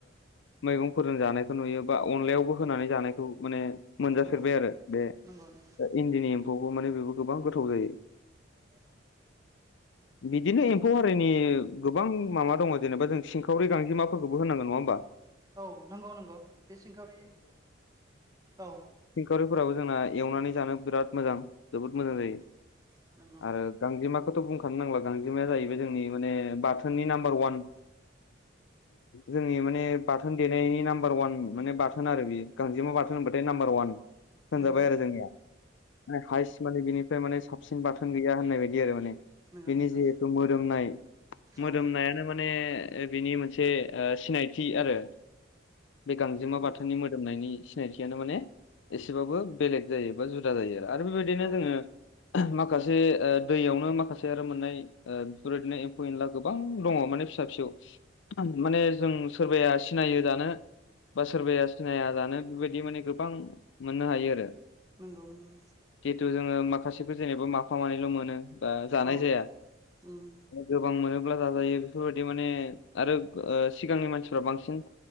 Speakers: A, on the left; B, on the right.
A: मैगंफोरजों जानायखौ नुयो बा अनलायावबो होनानै जानायखौ माने मोनजाफेरबाय
B: औ
A: आरो बे
B: नंगौ नंगौ
A: इन्दिनि एम्फौखौ माने बेबो गोबां गोथाव जायो।
B: औ
A: बिदिनो एम्फौ हारिनि गोबां माबा दङ जेनेबा जों सिंखावरि गांजिमाफोरखौबो होनांगोन नङा होमबा?
B: औ नंगौ नंगौ बे सिंखावरि औ
A: सिंखारिफोराबो जोंना एवनानै जानो बिराद मोजां जोबोद मोजां
B: औ
A: जायो
B: नंगौ
A: आरो गांजेमाखौथ' बुंखानो नांला गांजेमाया जाहैबाय जोंनि माने बाथोननि नाम्बार वान जोंनि माने बाथोन देनायनि नाम्बार वान माने बाथोन आरो बे गांजेमा बाथोन होनबाथाय नाम्बार वान होनजाबाय
B: नंगौ
A: आरो जोंनिया। माने हाइस माने बिनिफ्राय माने साबसिन बाथोन गैया होननाय बायदि आरो माने
B: नंगौ
A: बेनि
B: नंगौ
A: जिहेथु मोदोमनाय मोदोमनायानो
B: औ
A: माने बिनि मोनसे ओ सिनायथि आरो बे गांजेमा
B: नंगौ
A: बाथोननि मोदोमनायनि। सिनायथियानो माने एसेबाबो बेलेग जायो बा जुदा जायो आरो बेबायदिनो
B: औ
A: जोङो माखासे दैयावनो माखासे आरो मोननाय। ओ बेफोरबायदिनो एम्फौ एनला गोबां दङ माने फिसा फिसौ। माने जों सोरबाया सिनायो जानो बा सोरबाया सिनाया जानो बेबायदि माने गोबां मोननो हायो आरो।
B: नंगौ नंगौ।
A: खिनथु जोङो माखासेफोर जेनेबा माफा मानैल' मोनो बा जानाय
B: औ
A: जाया।
B: उम
A: गोबां मोनोब्ला जाजायो बेफोरबायदि माने आरो सिगांनि मानसिफ्रा बांसिन